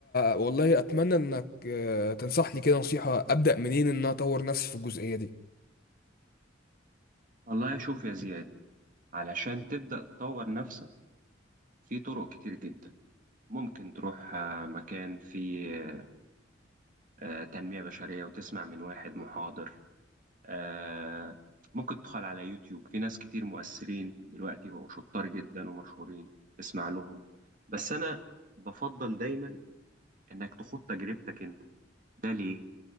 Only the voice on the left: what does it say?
والله أتمنى إنك آه، تنصحني كده نصيحة أبدأ منين إن أنا أطور نفسي في الجزئية دي